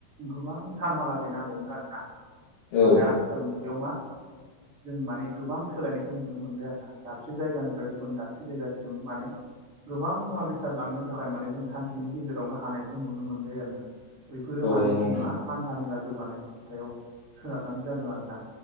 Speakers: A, on the right; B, on the left.
A: गोबां सानहालागै नांगौमोन आरोना
B: औ
A: नाथाय आथिखाल मुगायाव मा? जों माने गोबां सोलायनायखौ नुनो मोनबाय आरो ना। दाबसे जायगानिफ्राय गुबुन दाबसे जायगासिम माने गोबां मुवा बेसे फोसारलांनो थाखाय माने जों सानसेनि गेजेरावनो हानायखौ नुनो मोनबाय आरो ना। बैफोरो माने
B: नंगौ
A: जों
B: नोंथां
A: मा हान्था मेला जौगानायनि सायाव सोनारनानै जादों आरोना।